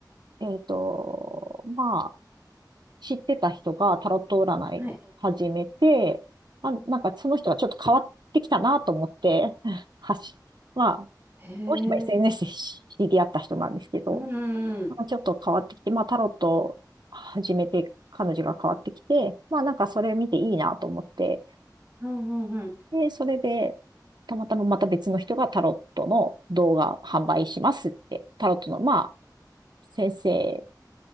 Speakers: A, on the right; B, on the right.
A: えっと、ま知ってた人がタロット占い始めて、
B: い。
A: あ、なんかその人がちょっと変わってきたなと思って、<laughs> はし、まあ、
B: へえ。
A: その人も SNS で知り合った人なんですけど、
B: うんうんうん。
A: なんかちょっと変わってきて、まあタロット始めて彼女が変わってきて、まあなんかそれ見ていいなと思って、
B: うんうん
A: で、それで、たまたままた別の人がタロットの動画販売しますって、タロットの、まあ、先生